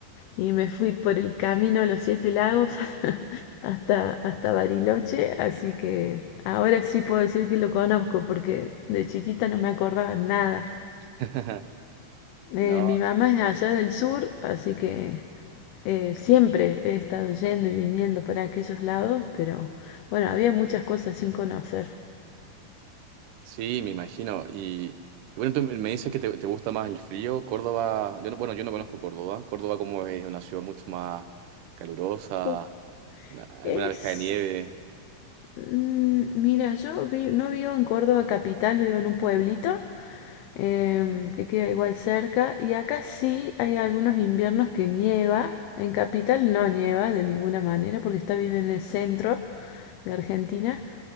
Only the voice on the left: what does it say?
y me fui por el camino a los Siete Lagos <laughs> hasta, hasta Bariloche. Así que ahora sí puedo decir que lo conozco porque de chiquita no me acordaba nada.
Eh,
mi mamá es de allá del sur, así que eh, siempre he estado yendo y viniendo para aquellos lados, pero bueno, había muchas cosas sin conocer.
Ju-
Es,
mm, mira, yo vi- no vivo en Córdoba capital, vivo en un pueblito em, que queda igual cerca y acá sí hay algunos inviernos que nieva. En capital no nieva de ninguna manera porque está bien en el centro de Argentina,